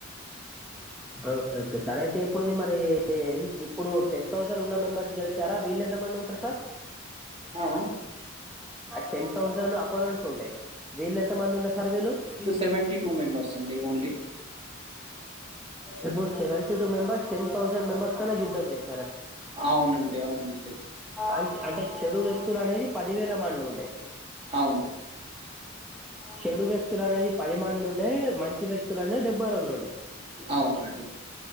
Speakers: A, in the centre; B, on the right (about 30°).
A: ఓకే ఓకే సార్ అయితే ఇప్పుడు మరి ఇప్పుడు టెన్ థౌసన్ ఉన్న మెంబర్స్ గెలిచారా వీళ్ళ త మంది ఉంటర్ సార్
B: ఆ అ
A: టెన్ తౌసండ్ <unintelligible> ఉండే వీళ్లెంత మంది ఉండే సార్ వీళ్ళు
B: సెవెంటీ టూ మెంబర్స్ అండి ఓన్లీ
A: ఇప్పుడ్ seventy two members ten thousand members పైన యుద్ధం చేస్
B: అవునండి అవునండి
A: అం- అంటే చెడు వ్యక్తులు అనేది పదివేల మంది ఉండే
B: అవును
A: చెడు వ్యక్తులు అనేది పది మంది ఉండే మంచి వ్యక్తులనే డెబ్బైరెండు ఉండే
B: అవునండి